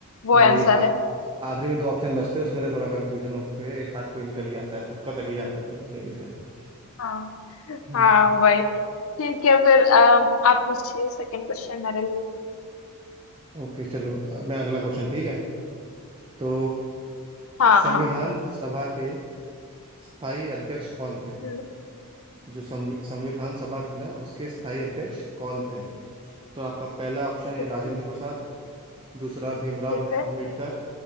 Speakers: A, on the left; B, on the right.
A: वो
B: हाँ
A: आंसर
B: वही आ-
A: है
B: आखिरी में दो ऑप्शन बचते हैं उसमें से थोड़ा कंफ्यूजन होके एक हाथ कोई निकल ही जाता है तुक्का लग ही जाता है कहीं कहीं पे <laughs>
A: हाँ
B: हम्म,
A: हाँ वही ठीक है फिर अ, आप पूछिए सेकंड क्वेश्चन मेरे लिए
B: ओके चलो अब मैं अगला क्वेश्चन ठीक है तो
A: हाँ
B: संविधान
A: हाँ
B: सभा के स्थायी अध्यक्ष कौन थे
A: हम्म,
B: जो संवि- संविधान सभा थी ना उसके स्थायी अध्यक्ष कौन थे तो आपका पहला ऑप्शन है
A: ठीक
B: राजेंद्र
A: है
B: प्रसाद दूसरा भीमराव
A: ठीक
B: अंबेडकर
A: है